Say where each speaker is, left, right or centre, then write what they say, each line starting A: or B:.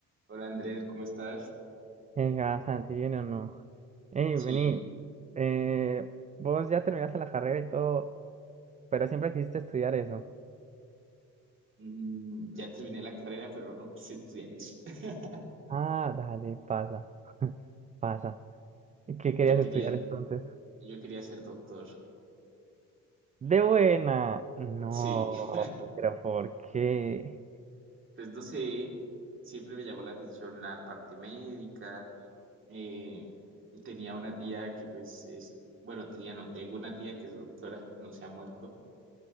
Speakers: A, on the right; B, on the right.
A: Hola Andrés, ¿cómo estás?
B: Eh, bastante bien o no. Ey,
A: Sí,
B: vení, eh, vos ya terminaste la carrera y todo, pero siempre quisiste estudiar eso.
A: mm, ya terminé la carrera, pero no quise estudiar eso. <laughs>
B: Ah, dale, pasa, pasa. ¿Y qué querías
A: Yo quería,
B: estudiar entonces?
A: yo quería ser doctor.
B: De buena. No,
A: Sí, <laughs>
B: pero ¿por qué?
A: pues no sé, siempre me llamó la atención la parte médica. Eh, tenía una tía que pues es, bueno, tenía, no, tengo una tía que es doctora, no se ha muerto.